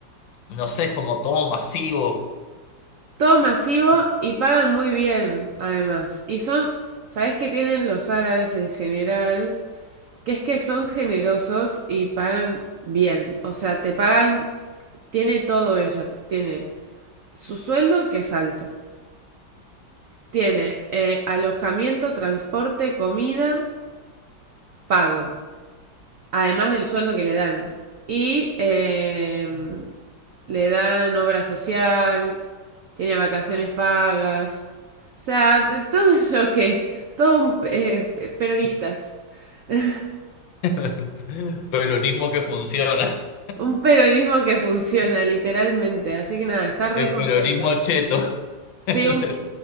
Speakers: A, on the left; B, on the right.
A: no sé, es como todo masivo.
B: Todo masivo y pagan muy bien, además. Y son, ¿sabés qué tienen los árabes en general? Que es que son generosos y pagan bien. O sea, te pagan, tiene todo ella. Tiene su sueldo, que es alto. Tiene eh, alojamiento, transporte, comida, pago. además del sueldo que le dan. Y eh, le dan obra social, tiene vacaciones pagas. O sea, t- todo <laughs> lo que, todo un, eh, peronistas. <laughs>
A: <laughs> Peronismo que funciona.
B: Un peronismo que funciona, literalmente. Así que nada, está re
A: El
B: contenta.
A: peronismo cheto.
B: Sí,
A: <laughs>
B: un,